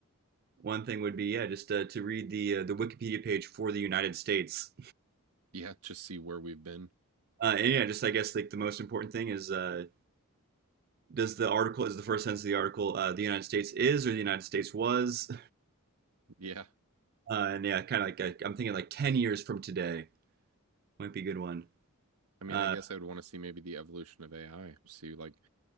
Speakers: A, on the right; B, on the right.
A: one thing would be yeah, just uh, to read the uh, the Wikipedia page for the United States.
B: Yeah, just see where we've been.
A: Uh, and yeah, just I guess like the most important thing is uh, does the article is the first sentence of the article uh, the United States is or the United States was?
B: Yeah.
A: Uh, and yeah, kind of like I, I'm thinking like ten years from today might be a good one.
B: I mean,
A: Uh,
B: I guess I would want to see maybe the evolution of AI, see like